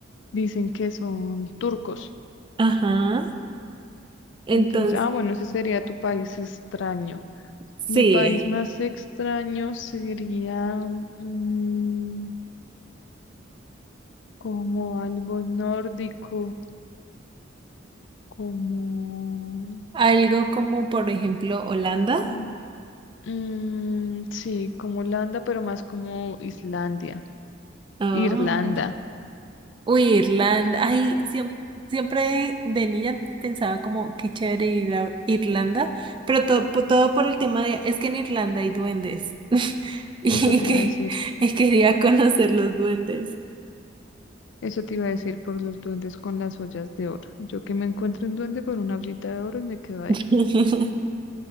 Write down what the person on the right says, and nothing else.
Ajá. Entonces,
sí.
Algo como, por ejemplo, Holanda.
Ah.
Uy, Irlanda. Ay, siem- siempre, de niña pensaba como qué chévere ir a Irlanda, pero todo, po- todo por el tema de, es que en Irlanda hay duendes <laughs> y
que
y quería conocer los duendes.
<laughs>